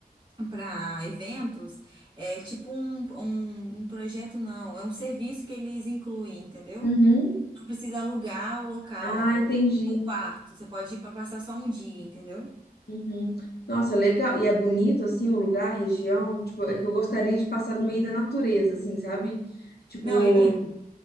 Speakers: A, on the right; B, on the left.
A: Para eventos, é tipo um, um, um projeto, não, é um serviço que eles incluem, entendeu?
B: Uhum.
A: Não precisa alugar o local,
B: Ah,
A: ó,
B: entendi.
A: ou um quarto. Você pode ir para passar só um dia, entendeu?
B: Uhum. Nossa, legal. E é bonito, assim, o lugar, a região. Tipo, é que eu gostaria de passar no meio da natureza, assim, sabe? Tipo,
A: Não, é lindo.